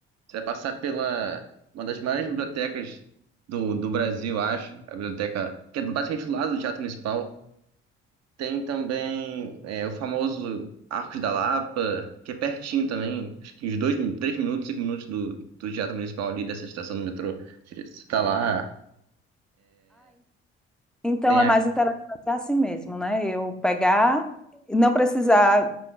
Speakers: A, on the right; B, in the centre.
A: Você vai passar pela uma das maiores bibliotecas do, do Brasil, acho. A biblioteca, que é basicamente do lado do Teatro Municipal. Tem também é, o famoso Arcos da Lapa, que é pertinho também, acho que uns dois, min- três minutos, cinco minutos do, do Teatro Municipal ali, dessa estação do metrô. Você tá lá,
B: Então
A: tem
B: é
A: a...
B: mais interessante assim mesmo, né? Eu pegar, não precisar